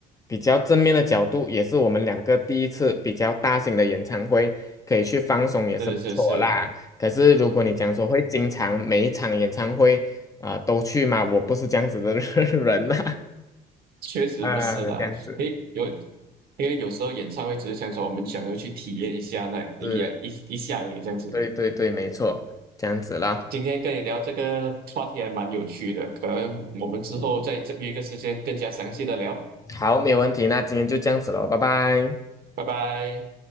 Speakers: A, on the left (about 20°); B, on the right (about 60°).
A: 比较正面的角度，也是我们两个第一次比较大型的演唱会，可以去放松，也是不错啦。
B: 是是是。
A: 可是如果你讲说会经常每一场演唱会啊、呃都去嘛，我不是这样子的 <laughs> 人啦，
B: 确实不是的，
A: 啊，这样子
B: 诶，有，因为有时候演唱会只是想说我们想要去体验一下那一一一下而已这样子。
A: 是，对对对，没错，这样子啦。
B: 今天跟你聊这个话题还蛮有趣的，可能我们之后再再约个时间更加详细的聊，
A: 好，没有问题，那今天就这样子了，拜拜。
B: 拜拜。